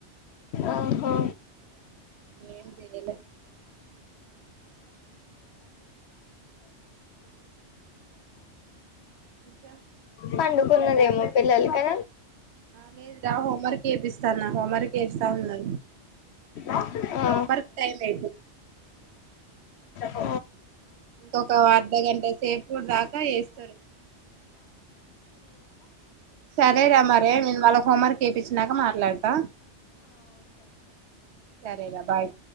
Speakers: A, on the left; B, on the right.
A: ఆహా
B: ఎం తినలే ఇంకా
A: పండు పూర్ణద పిల్లల కె
B: లేదు రా హోంవర్క్ చేపిస్తానా హోంవర్క్ చేస్తా ఉన్నా
A: ఆహా.
B: హోంవర్క్ టైం అ
A: ఆ.
B: ఇంకొక అర్ధ గంట సేపు దాకా వెస్తారు సరేరా మరే నేను మళ్ళ హోంవర్క్ చేయిించినాక మాట్లాడతా సరేరా బాయ్